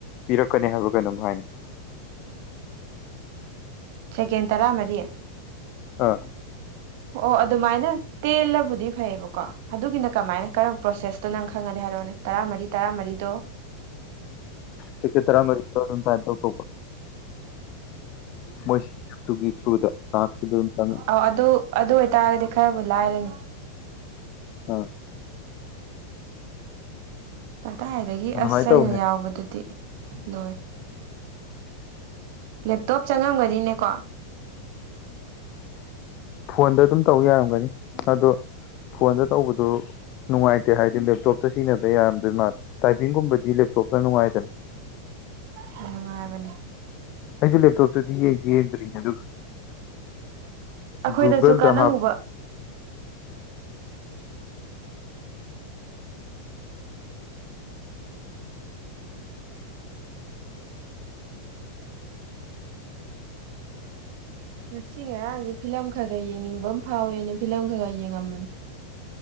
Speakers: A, on the left (about 40°); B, on the right (about 50°).
A: ꯄꯤꯔꯛꯀꯅꯤ ꯍꯥꯏꯕ ꯀꯩꯅꯣꯝ ꯍꯥꯏꯅ
B: ꯁꯦꯀꯦꯟ ꯇꯔꯥꯃꯔꯤ
A: ꯑꯥ
B: ꯑꯣ ꯑꯣ ꯑꯗꯨꯃꯥꯏꯅ ꯇꯦꯜꯂꯕꯨꯗꯤ ꯐꯩꯌꯦꯕꯀꯣ ꯑꯗꯨꯒꯤꯅ ꯀꯃꯥꯏꯅ ꯀꯔꯝ ꯄ꯭ꯔꯣꯁꯦꯁꯇꯣ ꯅꯪ ꯈꯪꯉꯅꯤ ꯍꯥꯏꯔꯛꯑꯣꯅꯦ ꯇꯔꯥꯃꯔꯤ ꯇꯔꯥꯃꯔꯤꯗꯣ
A: ꯆꯀ ꯇ꯭ꯔꯥ ꯃꯔꯤ ꯆꯥꯏꯗꯧ ꯀꯣ <unintelligible> ꯃꯣꯏ ꯑꯗꯨꯒꯤ ꯊ꯭ꯔꯨꯗ <unintelligible> ꯆꯪꯉ
B: ꯑ ꯑꯗꯨ ꯑꯗꯨ ꯑꯣꯏꯇꯥꯔꯒꯗꯤ ꯈꯔꯕꯨ ꯂꯥꯏꯔꯅꯤ
A: ꯎꯝ
B: ꯀꯗꯥꯏꯗꯒꯤ
A: ꯑꯗꯨꯃꯥꯏꯅ
B: ꯑꯁ ꯑꯩꯅ
A: ꯇꯧꯋꯦ
B: ꯌꯥꯎꯕꯗꯨꯗꯤ ꯂꯣꯏ ꯂꯦꯞꯇꯣꯞ ꯆꯪꯉꯝꯒꯅꯤꯅꯦꯀꯣ
A: ꯐꯣꯟꯗ ꯑꯗꯨꯝ ꯇꯧ ꯌꯥꯔꯝꯒꯅꯤ ꯑꯗꯣ ꯐꯣꯟꯗ ꯇꯧꯕꯗꯨ ꯅꯨꯡꯉꯥꯏꯇꯦ ꯍꯥꯏꯗꯤ ꯂꯦꯞꯇꯣꯞꯇ ꯁꯤꯖꯤꯟꯅꯕ ꯌꯥꯔꯝꯗꯣꯏ ꯃꯥꯜꯂꯦ ꯇꯥꯏꯄꯤꯡꯒꯨꯝꯕꯗꯤ ꯂꯦꯞꯇꯣꯞꯇ ꯅꯨꯡꯉꯥꯏꯗꯅ
B: ꯌꯥꯝ ꯅꯨꯡꯉꯥꯏꯕꯅꯤ
A: ꯑꯩꯁꯨ ꯂꯦꯞꯇꯣꯞꯇꯗꯤ ꯌꯦꯡꯗꯤ ꯌꯦꯡꯗ꯭ꯔꯤꯅꯦ ꯑꯗꯨꯒ
B: ꯑꯩꯈꯣꯏꯗꯁꯨ
A: ꯨꯒꯨꯒꯜꯗ
B: ꯀꯥꯟꯅꯍꯧꯕ
A: ꯍꯥꯞꯄ
B: ꯉꯁꯤ ꯉꯔꯥꯡꯁꯦ ꯐꯤꯂꯝ ꯈꯔ ꯈꯔ ꯌꯦꯡꯅꯤꯡꯕ ꯑꯃ ꯐꯥꯎꯋꯦꯅ ꯐꯤꯂꯝ ꯈꯔ ꯈꯔ ꯌꯦꯡꯉꯝꯕꯅꯤ